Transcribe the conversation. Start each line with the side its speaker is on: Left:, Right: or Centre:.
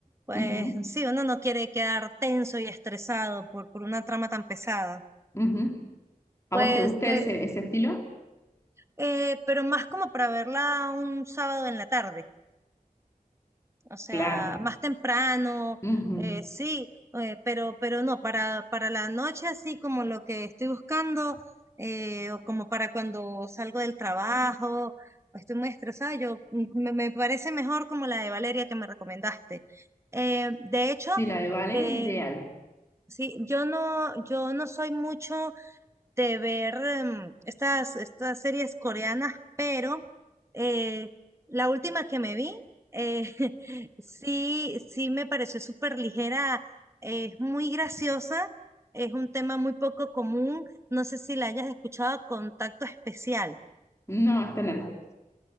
Right: pues
Left: Ujú,
Right: sí, uno no quiere quedar tenso y estresado por, por una trama tan pesada.
Left: ujú. ¿A
Right: Pues,
Left: vos te gusta
Right: te-
Left: ese, ese estilo?
Right: eh, pero más como para verla un sábado en la tarde. o sea,
Left: Claro.
Right: más temprano,
Left: Ujú.
Right: eh, sí, eh, pero, pero no, para, para la noche así como lo que estoy buscando, eh, o como para cuando salgo del trabajo, o estoy muy estresada, yo m- me, me parece mejor como la de Valeria que me recomendaste. Eh, de hecho,
Left: Sí, la de Valeria
Right: eh,
Left: es ideal.
Right: sí, yo no, yo no soy mucho de ver em, estas, estas series coreanas, pero eh, la última que me vi, eh, <laughs> sí, sí me pareció súper ligera, es muy graciosa, es un tema muy poco común, no sé si la hayas escuchado, Contacto Especial.
Left: No, está en Netflix.